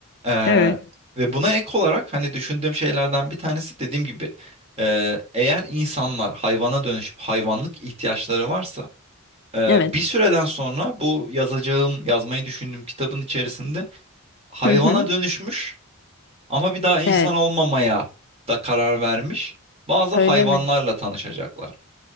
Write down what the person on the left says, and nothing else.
Evet.
Evet.
Hı hı.
Evet.
Öyle
mi?